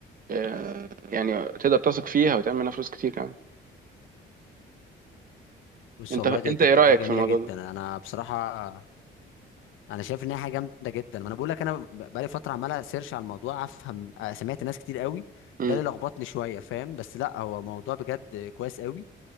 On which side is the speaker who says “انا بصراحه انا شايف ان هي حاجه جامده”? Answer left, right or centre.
Left